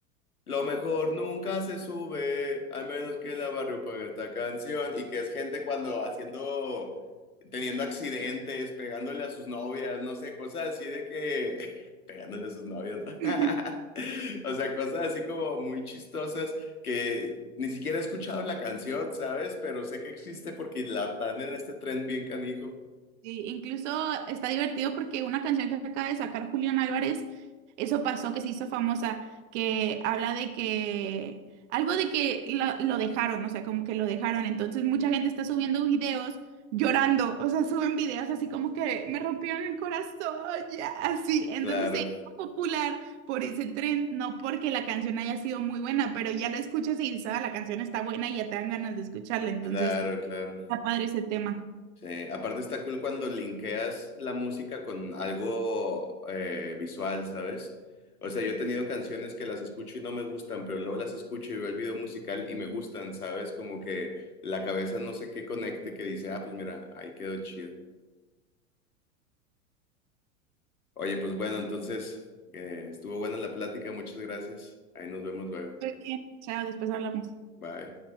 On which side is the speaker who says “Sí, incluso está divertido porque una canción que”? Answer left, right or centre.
Right